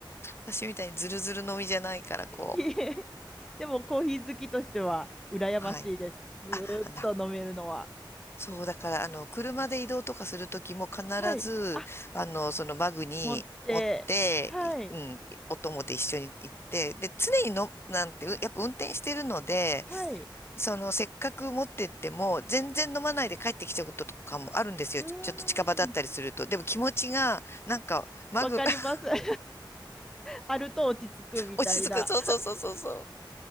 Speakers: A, on the left (about 30°); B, in the centre.
A: 私みたいにズルズルのみじゃないから、こ
B: いえでもコーヒー好きとしては羨ましいです。
A: う。はい。
B: ずーっと飲めるのは。
A: あ、あな、そう、だから、あの、車で移動とかするときも必ず、
B: はい。あ、
A: あの、そのバッグに持って、
B: 持って。はい。
A: いうん、お供で一緒に行って、で、常にの、なんて、うやっぱ運転してるので、
B: はい。
A: その、せっかく持ってっても、全然飲まないで帰ってきちゃうこととかもあるんですよ。
B: うー
A: ちょちょっと近場だったりすると。
B: ん。
A: でも気持ちが、なんか、マグ、
B: わかります。
A: <laughs>
B: <laughs> あると落ち着くみたいな。
A: 落ち着く。そうそうそうそうそう。